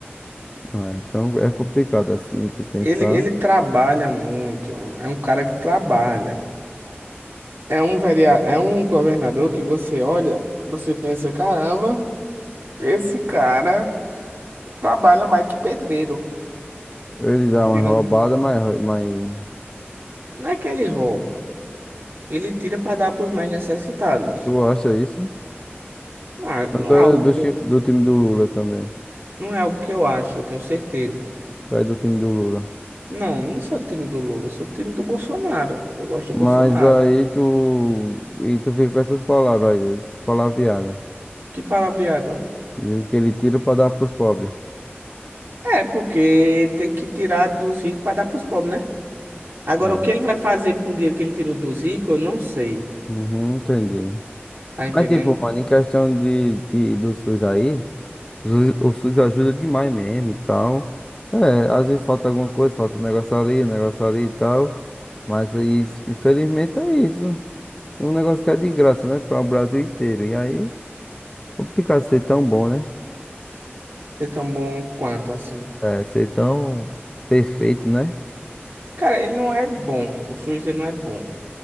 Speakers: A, on the left; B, on the right.
A: Ah, então é complicado assim se pensar.
B: Ele, ele trabalha muito, é um cara que trabalha. É um vereador, é um governador que você olha, você pensa, caramba, esse cara trabalha mais que pedreiro,
A: Ele dá
B: digamos
A: uma roubada,
B: assim.
A: mas, mas...
B: Não é que ele rouba, ele tira para dar para os mais necessitados.
A: Tu acha isso?
B: Não, é-
A: tanto
B: não
A: tô
B: é algo
A: do,
B: que
A: chi-
B: eu,
A: do time do Lula também.
B: não é algo que eu acho, eu tenho certeza.
A: Tu é do time do Lula.
B: Não, não sou time do Lula, eu sou time do Bolsonaro. Eu gosto
A: Mas
B: do Bolsonaro.
A: aí tu. E tu fica com essas palavras aí, essas palavreadas.
B: Que palavreado.
A: Dizendo que ele tira pra dar pros pobres.
B: É, porque ele tem que tirar dos ricos para dar pros pobres, né? Agora,
A: É.
B: o que ele vai fazer com o dinheiro que ele tirou dos ricos, eu não sei.
A: Uhum, entendi.
B: Tá entendendo?
A: Mas, tipo, mano, em questão de, de- do SUS aí, o SUS, o SUS ajuda demais mesmo e tal. É, às vezes falta alguma coisa, falta um negócio ali, um negócio ali e tal. Mas aí, s- infelizmente, é isso. É um negócio que é de graça, né? Para o Brasil inteiro. E aí, complicado ser tão bom, né?
B: Ser tão bom quanto assim.
A: É, ser tão perfeito, né?
B: Cara, ele não é bom. O SUS dele não é bom,